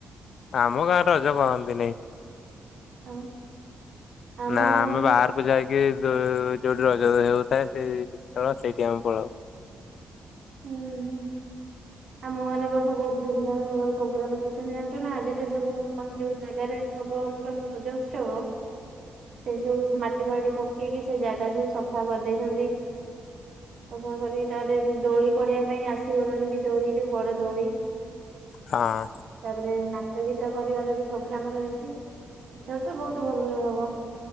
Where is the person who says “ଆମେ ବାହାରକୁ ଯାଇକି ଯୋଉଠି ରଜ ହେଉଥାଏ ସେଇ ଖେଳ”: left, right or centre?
Left